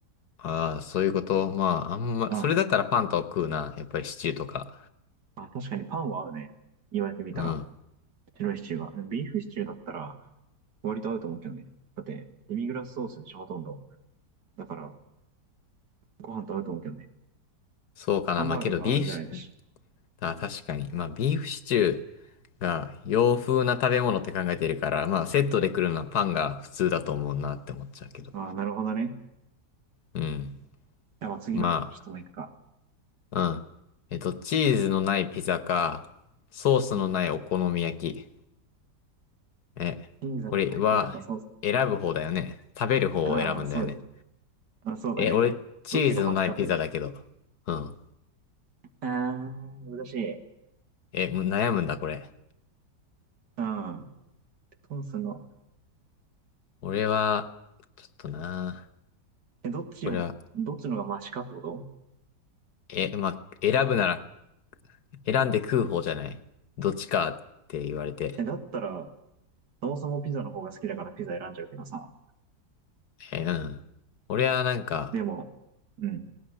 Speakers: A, on the left; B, on the right.
A: ああ、そういうこと。まあ、あんま、
B: ら。
A: それだったらパンと食うな。
B: うん。
A: やっぱりシチューとか。
B: あ、確かにパンは合うね。言われてみたら。
A: うん。
B: 白いシチューは。ビーフシチューだったら割と合うと思うけどね。だって、デミグラスソースでしょ、ほとんど。だから、ご飯と合うと思うけどね。
A: そうかな。
B: ハンバーグと合うぐらいだし。
A: まあけど、ビーフシ、あ、確かに。まあ、ビーフシチューが洋風な食べ物って考えてるから、まあ、セットで来るのはパンが普通だと思うなって思っちゃうけど。
B: ああ、なるほどね。
A: うん。
B: じゃあ次の質問いくか。
A: まあ、うん。えっと、チーズのないピザか、ソースのないお好み焼き。
B: うん
A: え、
B: 金座の体験だからそうそう。
A: これは選ぶ方だよね。食べる方を選ぶんだよね。
B: ああ、そうじゃん。まあ、そうだね。
A: え、俺、チーズのないピザだけど。
B: どっちがマシかってことでしょ。
A: うん。
B: ああ、難しい。
A: え、む悩むんだ、これ。
B: うん。トースの、
A: 俺は、ちょっとな。
B: え、どっちを、
A: これは、
B: どっちのがマシかってこと
A: え、まあ、選ぶなら、選んで食う方じゃない。どっちかって言われて。
B: え、だったら、そもそもピザの方が好きだからピザ選んじゃうけどさ。
A: え、うん。俺はなんか、
B: でも、うん、